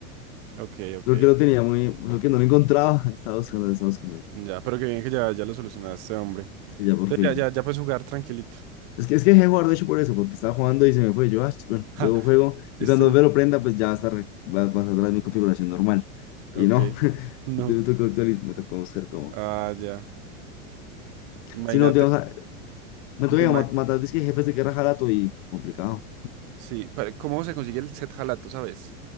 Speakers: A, on the right; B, on the left.
A: ok, ok.
B: Solo que lo tenía muy, solo que no lo encontraba, <laughs> estaba buscando, estaba buscando.
A: Ya, pero qué bien que ya, ya lo solucionaste, hombre.
B: Y ya por
A: Entonces
B: fin.
A: ya, ya, ya puedes jugar tranquilito.
B: Es que, es que dejé de jugar, de hecho, por eso, porque estaba jugando y se me fue. Yo, ah, ch- bueno,
A: <laughs>
B: luego juego
A: este,
B: y cuando me lo prenda, pues ya va a estar, va, va a estar otra vez mi configuración normal.
A: ok.
B: Y no, <laughs>
A: No.
B: me tocó actualiz- me tocó buscar cómo.
A: Ah, ya. Imagínate.
B: Si no, digamos, Me toca
A: Vilma,
B: mat- matar disque jefes de guerra jalato y complicado.
A: sí, pero ¿cómo se consigue el set jalato, sabes?